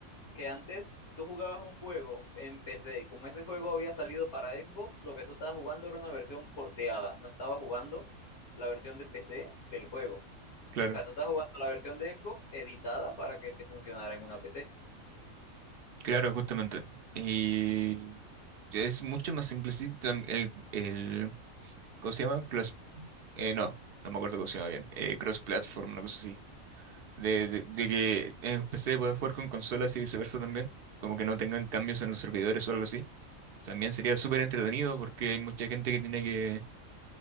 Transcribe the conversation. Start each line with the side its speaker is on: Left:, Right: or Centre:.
Left: que antes tú jugabas un juego en PC y como ese juego había salido para Xbox, lo que tú estabas jugando era una versión porteada, no estabas jugando la versión de PC del juego. O
Right: Claro.
Left: sea, tú estabas jugando la versión de Xbox editada para que te funcionara en una PC.
Right: Claro, justamente. Y es mucho más simple. sí, tam- el, el- ¿cómo se llama? Cross, eh, no, no me acuerdo cómo se llama bien. eh, cross platform, una cosa así. De, de, de que en PC puedas jugar con consolas y viceversa también. Como que no tengan cambios en los servidores o algo así. También sería súper entretenido porque hay mucha gente que tiene que